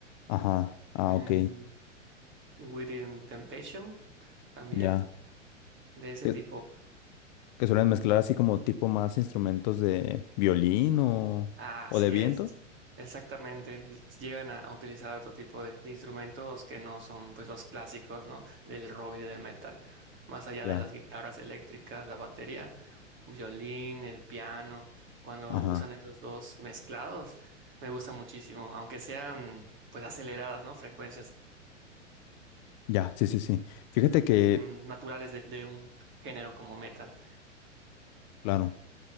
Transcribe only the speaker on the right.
em,
Within Temptation, también
de ese
tipo.
Ah, Así
es, es- exactamente. Llegan a, a utilizar otro tipo de, de instrumentos que no son pues los clásicos, ¿no? Del rock y del metal. Más allá
de las guitarras eléctricas, la batería, violín, el piano. Cuando
usan esos dos mezclados, me gusta muchísimo, aunque sean pues aceleradas, ¿no? Frecuencias
mm, naturales de, de un género como metal.